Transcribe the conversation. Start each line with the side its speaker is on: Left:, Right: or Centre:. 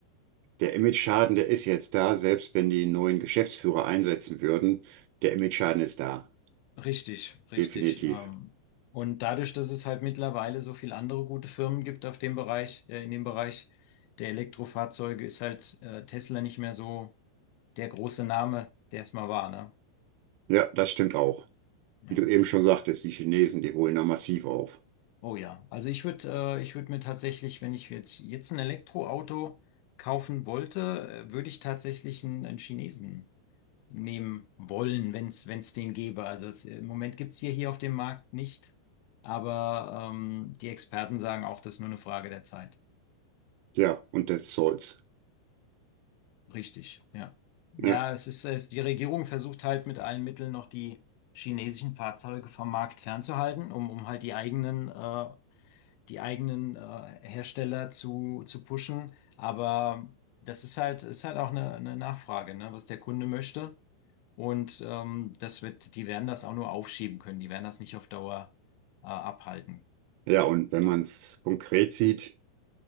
Right: Der Image-Schaden, der ist jetzt da, selbst wenn die neuen Geschäftsführer einsetzen würden. Der Image-Schaden ist da.
Left: Richtig, richtig.
Right: Definitiv.
Left: Ähm, und dadurch, dass es halt mittlerweile so viel andere gute Firmen gibt auf dem Bereich, äh, in dem Bereich der Elektrofahrzeuge, ist halt äh, Tesla nicht mehr so der große Name, der es mal war, ne?
Right: Ja, das stimmt auch.
Left: Ja.
Right: Wie du eben schon sagtest, die Chinesen, die holen da massiv auf.
Left: Oh ja. Also ich würde, äh, ich würde mir tatsächlich, wenn ich jetzt jetzt ein Elektroauto kaufen wollte, äh, würde ich tatsächlich einen, einen Chinesen nehmen wollen, wenn es wenn es den gäbe. Also es, im Moment gibt's hier hier auf dem Markt nicht, aber ähm, die Experten sagen auch, das ist nur eine Frage der Zeit.
Right: Ja, und des Zolls.
Left: Richtig, ja.
Right: Ja,
Left: Ja, es ist, es, die Regierung versucht halt mit allen Mitteln noch die chinesischen Fahrzeuge vom Markt fernzuhalten, um, um halt die eigenen, äh, die eigenen äh, Hersteller zu, zu pushen. Aber das ist halt, ist halt auch eine, eine Nachfrage, ne, was der Kunde möchte. Und ähm, das wird, die werden das auch nur aufschieben können. Die werden das nicht auf Dauer äh, abhalten.
Right: ja, und wenn
Left: Ja.
Right: man es konkret sieht,